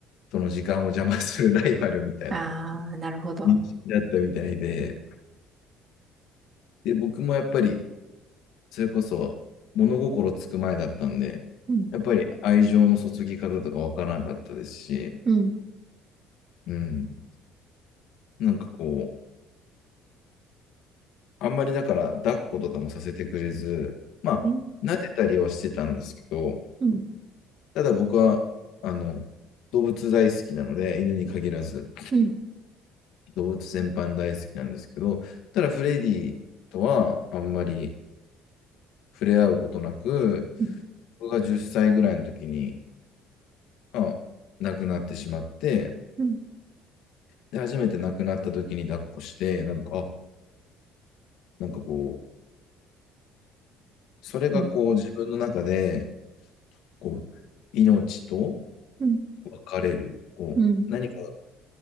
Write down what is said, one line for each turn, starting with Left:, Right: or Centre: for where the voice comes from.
Left: との時間を邪魔するライバルみたいな
Right: ああ、なるほど。
Left: 認識だったみたいで、で、僕もやっぱりそれこそ物心つく前だったんで、
Right: うん。
Left: やっぱり愛情の注ぎ方とかわからなかったですし、
Right: うん。
Left: うん、なんかこう、あんまりだから抱っことかもさせてくれず、まあ、
Right: ね
Left: 撫でたりはしてたんですけど、
Right: うん。
Left: ただ僕は、あの、動物大好きなので、犬に限らず、
Right: うん。
Left: 動物全般大好きなんですけど、ただフレディとはあんまり触れ合うことなく、
Right: うん。
Left: 僕が10歳ぐらいの時に、まあ、亡くなってしまって、
Right: うん。
Left: で、初めて亡くなった時に抱っこして、なんか、あ、なんかこう、それがこう自分の中で、
Right: うん。
Left: こう、命と
Right: うん。
Left: 分かれる。こう、
Right: うん
Left: 何か